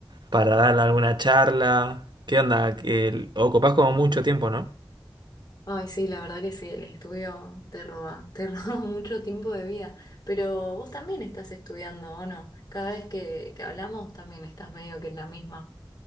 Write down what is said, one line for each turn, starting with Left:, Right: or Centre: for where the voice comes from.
Right: para dar alguna charla. ¿Qué onda? Que el- ocupás como mucho tiempo, ¿no?
Left: Ay, sí, la verdad que sí, el estudio te roba, te <laughs> roba mucho tiempo de vida. Pero vos también estás estudiando, ¿o no? Cada vez que, que hablamos también estás medio que en la misma.